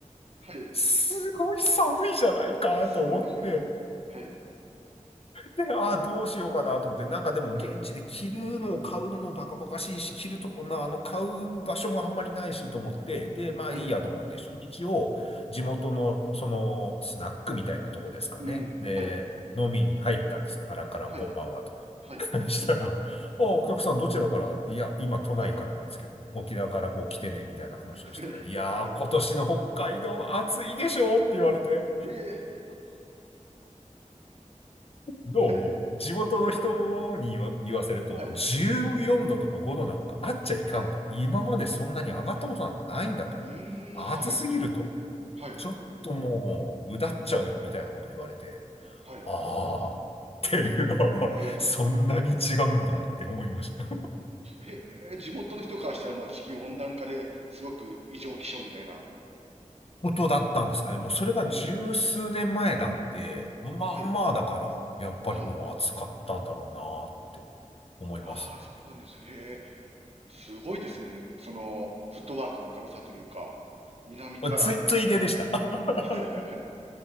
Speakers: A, on the right; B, on the left.
A: はい、
B: すごい寒いじゃないかと思って、
A: すごい。はい、
B: で、ああ、どうしようかなと思って、なんかでも現地で着るのを買うのもバカバカしいし、
A: はい、
B: 着ると、なあの、買う場所もあんまりないしと思って、で、まあいいやと思って、
A: はい、
B: 初日を地元のそのスナックみたいなとこですかね。
A: うん、
B: で、
A: はい、
B: 飲みに入ったんですよ。カランカランこんばんはと。
A: はい、はい、
B: <laughs> したら、あ、お客さんどちらからっていや、今都内からなんですけど、
A: はい、
B: 沖縄からこう来てね、みたいな話をしたら、
A: はい、
B: いやー、
A: はい、
B: 今年の北海道暑いでしょって言われて。
A: ええ、
B: どうも、
A: はい、
B: 地元の人に言わ、言わせると、
A: はい、
B: 14度とか5度なんかあっちゃいかんと。
A: はい、
B: 今までそんなに上がったことなんかないんだと。
A: うーん、
B: 暑すぎると。
A: はい、はい、
B: ちょっともう、うだっちゃうよみたいなこと言われて、
A: はい。
B: ああ、っていう、<laughs>
A: へえ、
B: そんなに違うんだって思いました。
A: へえ、地元の人からしたらもう地球温暖化ですごく異常気象みたいな。
B: ことだったんですかね。もうそれが十数年前なんで、
A: うん、
B: まあまあだから、
A: はい、
B: やっぱりもう暑かったんだろうなって
A: はい。
B: 思いますね。
A: ああ、そうなんです。へえ、すごいですね。その、フットワークの軽さというか、南から。
B: つい、ついででした。<laughs>
A: <laughs>